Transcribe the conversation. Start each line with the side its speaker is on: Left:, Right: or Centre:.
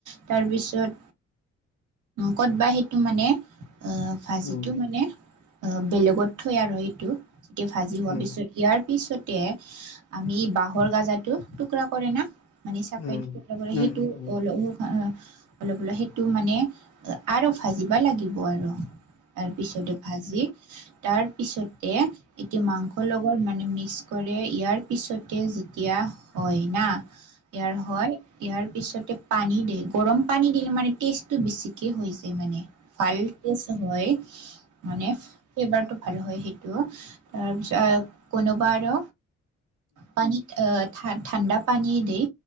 Right: তাৰপিছত কতবাৰ হয়। সেইটো মানে ভাজিটো
Left: উম
Right: মানে বেলেগত থৈ আৰু সেইটো। তেয়া ভাজি হোৱা
Left: উম
Right: পিছত ইয়াৰ পিছতে আমি বাঁহৰ গাজাত টো টুকুৰা কৰে ন মানে চাফাই
Left: উম
Right: টুকৰা কৰে
Left: উম
Right: সেইটো
Left: উম উম
Right: অ অলপ অলপ সেইটো মানে আৰু ভাজিবা লাগিব আৰু তাৰ পিছতে ভাজি তাৰপিছতে এতিয়া মাংস লগৰ মানে মিক্স। কৰে ইয়াৰ পিছতে যেতিয়া হয় না ইয়াৰ হয় ইাৰ পিছতে পানী দিয়ে গৰম পানী দিলে মানে টেষ্টটো বেছিকৈ হৈ যায় মানে ভাল টেষ্ট হয় মানে ফেবাৰতটো ভাল হয় সেই তাৰপিছত কোনোবা আৰু পানীত আহ ঠাণ্ডা পানী দেই